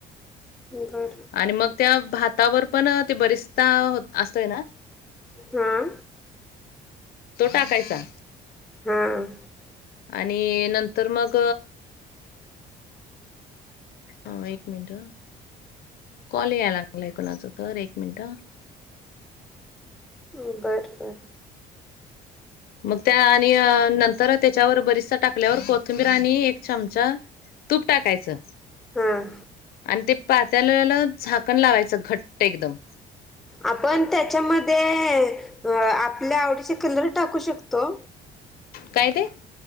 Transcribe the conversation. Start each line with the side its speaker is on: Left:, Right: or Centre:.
Centre: घर
Left: आणि मग त्या भातावर पण ते बरिचता असतोय ना
Centre: हां
Left: तो टाकयचा
Centre: हम
Left: आणि नंतर मग अ एक मिनट कॉल यायला लागलंय कोणाच तर एक मिनिट
Centre: बरं बरं
Left: मग त्या आणि नंतरच त्याच्यावर बरीचसा टाकल्यावर कोथिंबीर आणि एक चमचा तूप टाकायचं
Centre: हां
Left: आणि ते पात्यालाला झाकण लावायचं घट्ट एकदम
Centre: आपण त्याच्यामध्ये आपल्या आवडीचे कलर टाकू शकतो
Left: कायदे